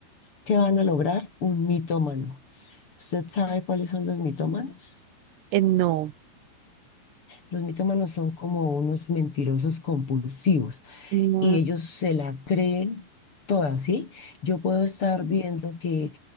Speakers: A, on the left; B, on the right.
A: ¿qué van a lograr? Un mitómano. ¿Usted sabe cuáles son los mitómanos?
B: eh, no.
A: Los mitómanos son como unos mentirosos compulsivos
B: No,
A: y ellos se la creen toda, ¿sí? Yo puedo estar viendo que